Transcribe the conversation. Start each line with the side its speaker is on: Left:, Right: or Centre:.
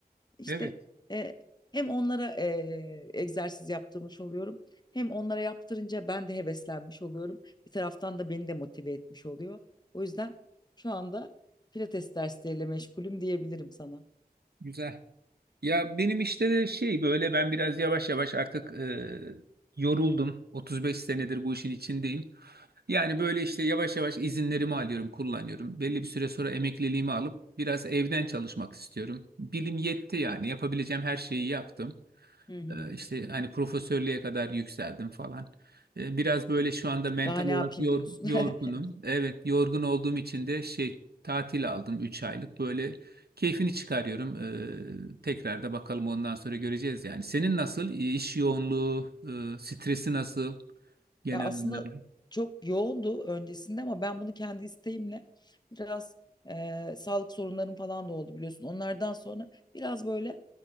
Left: İşte
Right: Evet,
Left: e, hem onlara e, egzersiz yaptırmış oluyorum. Hem onlara yaptırınca ben de heveslenmiş oluyorum. Bir taraftan da beni de motive etmiş oluyor. O yüzden şu anda pilates dersleriyle meşgulüm diyebilirim sana.
Right: güzel. Ya benim işte de şey böyle ben biraz yavaş yavaş artık e, yoruldum. 35 senedir bu işin içindeyim. Yani böyle işte yavaş yavaş izinlerimi alıyorum, kullanıyorum. Belli bir süre sonra emekliliğimi alıp biraz evden çalışmak istiyorum. Bilim yetti yani yapabileceğim her şeyi yaptım.
Left: Hı hı.
Right: Ee, işte hani profesörlüğe kadar yükseldim falan. Ee, Biraz böyle şu anda mental
Left: Daha ne
Right: olarak
Left: yapayım
Right: yor-
Left: diyorsun.
Right: yorgunum.
Left: <laughs>
Right: Evet, yorgun olduğum için de şey tatil aldım 3 aylık. Böyle keyfini çıkarıyorum. Ee, tekrar da bakalım ondan sonra göreceğiz yani. Senin nasıl? İş yoğunluğu, e, stresi nasıl genel
Left: Ya aslında
Right: anlamda?
Left: çok yoğundu öncesinde ama ben bunu kendi isteğimle biraz e, sağlık sorunlarım falan da oldu biliyorsun. Onlardan sonra biraz böyle